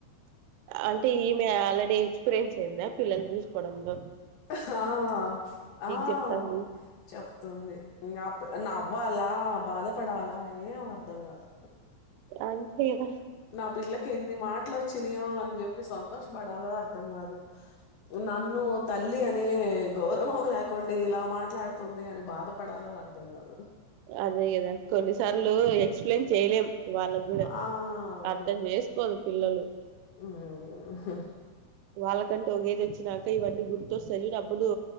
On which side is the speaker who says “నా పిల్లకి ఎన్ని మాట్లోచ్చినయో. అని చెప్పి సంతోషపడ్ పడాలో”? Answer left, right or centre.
Left